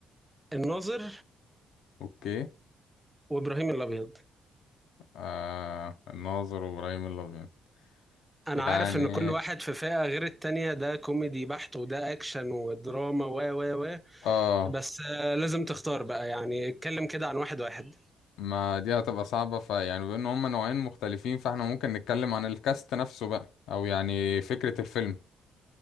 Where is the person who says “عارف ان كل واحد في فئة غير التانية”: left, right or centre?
Centre